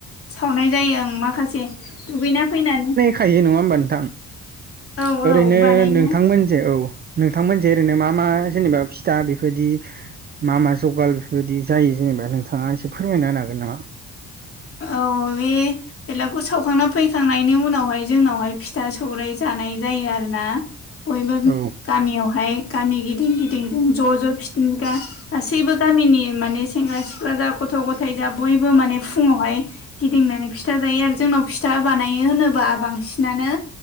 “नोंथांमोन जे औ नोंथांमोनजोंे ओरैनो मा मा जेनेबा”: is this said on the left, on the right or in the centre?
Right